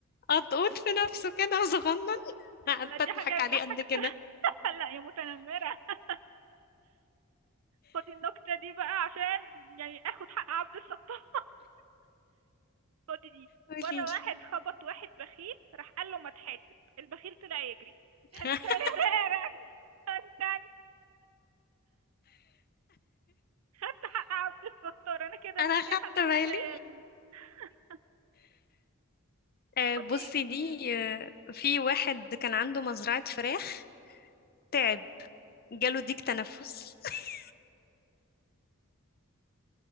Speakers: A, on the left; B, on the right.
A: قطقوط في نفسه كده وصغنن <laughs> قعدت
B: لا دي
A: أضحك
B: حاجة تضحك
A: عليه قد كده
B: <laughs> لا يا متنمرة <laughs> خدي النكتة دي بقى عشان يعني اخد حق عبد الستار فاضي دي
A: قوليلي
B: مرة واحد خبط واحد بخيل راح قال له ما تحاسب البخيل طلع يجري <laughs> انت
A: <laughs>
B: مرعبني، انت أنت خدت حق عبد الستار انا كده
A: انا
B: مرتاحة
A: خدت
B: نفسيا
A: بالي
B: <laughs>
A: آه،
B: خدي
A: بصي دي
B: مم.
A: آه، في واحد كان عنده مزرعة فراخ تعب جاله ديك تنفس <laughs>